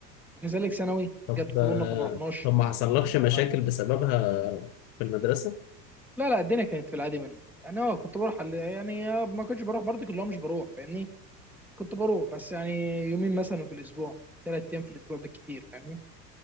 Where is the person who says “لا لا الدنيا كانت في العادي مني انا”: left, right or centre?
Centre